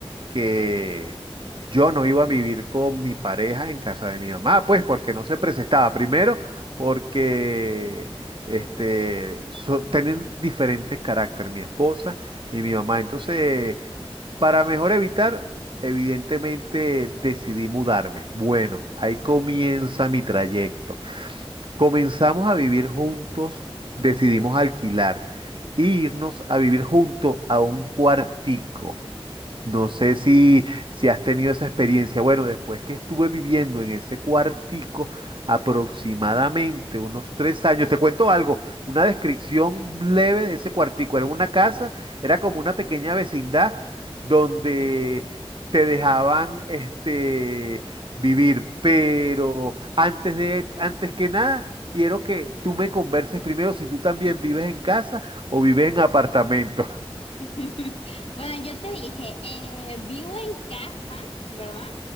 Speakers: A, on the right; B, on the left.
A: que yo no iba a vivir con mi pareja en casa de mi mamá, pues porque no se presentaba. Primero, porque este, so- tienen diferentes carácter mi esposa y mi mamá. Entonces, para mejor evitar, evidentemente decidí mudarme. Bueno, ahí comienza mi trayecto. Comenzamos a vivir juntos, decidimos alquilar e irnos a vivir junto a un cuartico. No sé si, si has tenido esa experiencia. Bueno, después que estuve viviendo en ese cuartico aproximadamente unos tres años, te cuento algo, una descripción leve de ese cuartico. Era una casa, era como una pequeña vecindad donde te dejaban este, vivir, pero antes de, antes que nada, quiero que tú me converses primero si tú también vives en casa o vives en apartamento.
B: <laughs> Bueno, yo te dije, eh, vivo en casa, ¿verdad?